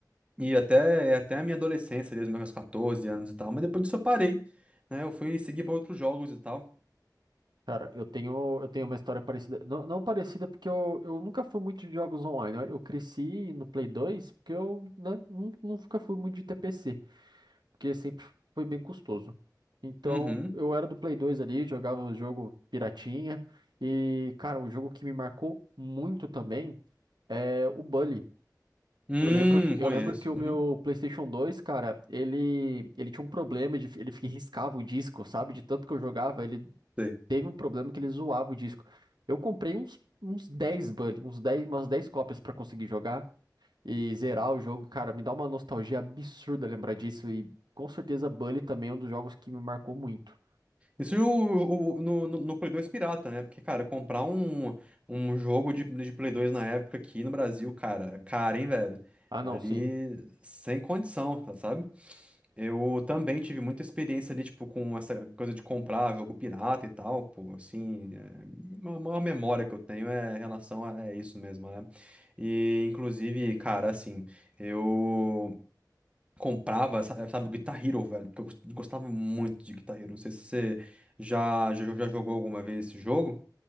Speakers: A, on the right (about 15°); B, on the right (about 85°).
A: E até, é até a minha adolescência, ali, os meus 14 anos e tal. Mas depois disso eu parei, né? Eu fui seguir para outros jogos e tal.
B: Cara, eu tenho, eu tenho uma história parecida. Não, não parecida, porque eu, eu nunca fui muito de jogos online. né? Eu cresci no Play 2 porque eu, né, nun- nunca fui muito de T P C porque sempre foi bem custoso. Então,
A: Uhum.
B: eu era do Play 2 ali, jogava o jogo piratinha. E, cara, um jogo que me marcou muito também é o Bully.
A: Hum,
B: Eu lembro, eu
A: conheço.
B: lembro que o
A: Uhum.
B: meu PlayStation 2, cara, ele, ele tinha um problema de, ele <laughs> fi- riscava o disco, sabe? De tanto que eu jogava, ele
A: Sei.
B: teve um problema que ele zoava o disco. Eu comprei uns, uns 10 Bully, uns dez, umas 10 cópias pra conseguir jogar e zerar o jogo, cara, me dá uma nostalgia absurda lembrar disso. E com certeza Bully também é um dos jogos que me marcou muito.
A: Isso o- o- no, no, no Play 2 pirata, né? Porque, cara, comprar um, um jogo de, de Play 2 na época aqui no Brasil, cara, cara, hein, velho?
B: Ah, não,
A: Ali,
B: sim.
A: sem condição, tá, sabe? Eu também tive muita experiência ali, tipo, com essa coisa de comprar jogo pirata e tal, pô, assim, é, uma, uma memória que eu tenho é em relação a é isso mesmo, né? E, inclusive, cara, assim, eu comprava, sa- sabe, o Guitar Hero, velho, porque eu gos- gostava muito de Guitar Hero, não sei se você já, já, já jogou alguma vez esse jogo.